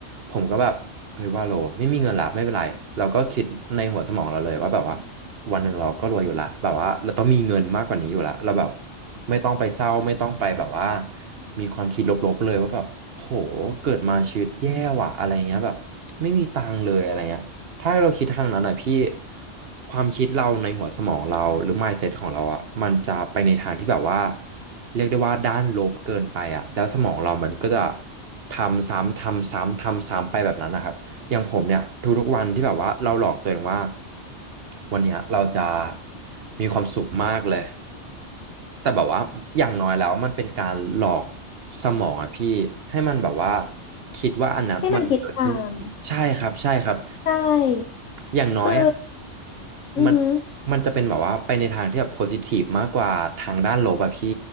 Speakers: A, on the right; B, on the left.
A: ผมก็แบบ เฮ้ยว่าโลไม่มีเงินละไม่เป็นไรเราก็คิดในหัวสมองเราเลยว่าแบบว่าวันหนึ่งเราก็รวยอยู่ละแบบว่าเราต้องมีเงินมากกว่านี้อยู่ละเราแบบไม่ต้องไปเศร้าไม่ต้องไปแบบว่ามีความคิดลบๆเลยว่าแบบโหเกิดมาชีวิตแย่ว่ะอะไรเงี้ยแบบไม่มีตังค์เลยอะไรเงี้ยถ้าเราคิดทางนั้นอ่ะพี่ความคิดเราในหัวสมองเราหรือ mindset ของเราอ่ะมันจะไปในทางที่แบบว่าเรียกได้ว่าด้านลบเกินไปอ่ะแล้วสมองเรามันก็จะทำซ้ำทำซ้ำทำซ้ำไปแบบนั้นนะครับ อย่างผมเนี่ยทุกๆวันที่แบบว่าเราหลอกตัวเองว่าวันเนี้ยเราจะมีความสุขมากเลยแต่แบบว่าอย่างน้อยแล้วมันเป็นการหลอกสมองอะพี่ให้มันแบบว่าคิดว่าอันนั้นมันเกิดขึ้นอีกใช่ครับใช่ครับ
B: ให้มันคิดตามใช่
A: อย่างน้อยอะ
B: คืออือหือ
A: มันมันจะเป็นแบบว่าไปในทางที่แบบโพซิทีฟมากกว่าทางด้านลบอะพี่